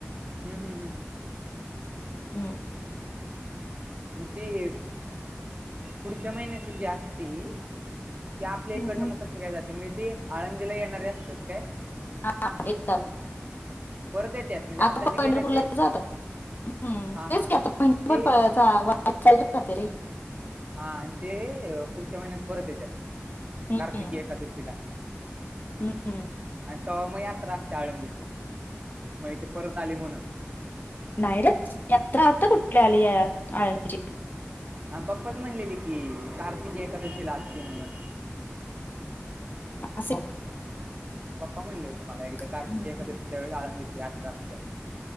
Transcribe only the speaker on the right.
हम् हम हम हम हम.
मग ती पुढच्या महिन्यात जी असती. ते आपल्या इकडनं
मग कसे काय जाते? म्हगजे ते आळंदीला येणारे असतात काय?
परत येतात म्हणजे आत्ता
जे गेले ते
हा
हा हा
ते
हा आणि ते पुढच्या महिन्यात परत येतात्य
कार्तिके एकादशीला.
तवा मग याात्रा असते आळंदीची. म्हणजे ते परत आली म्हणून.
हा पप्पाच म्हणलेली की कार्तिक एकादशीला असते म्हणून.
पप्पा म्हणले होते मला एकदा कार्तिक
एकादशीच्या वेळ आळंदीची यात्रा असते.